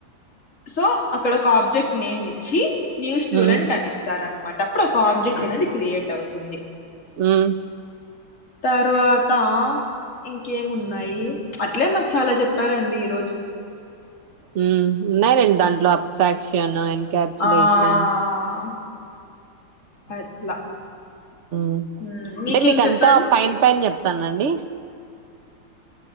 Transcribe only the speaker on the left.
సో అక్కడ ఒక ఆబ్జెక్ట్ నేమ్ ఇచ్చి మీరు స్టూడెంట్
అనిస్తారనమాట అప్పుడు ఒక ఆబ్జెక్ట్ అనేది క్రియేట్ అవుతుంది
తర్వాత ఇంకేమున్నాయి అట్లే మాకు చాలా చెప్పారండి ఈరోజు
ఆ అట్లా
హ్మ్ మీకేం
చెప్పారు